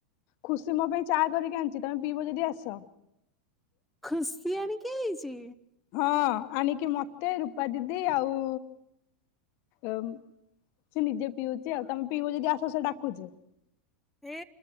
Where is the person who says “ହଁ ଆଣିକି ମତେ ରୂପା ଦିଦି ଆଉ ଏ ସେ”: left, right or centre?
Left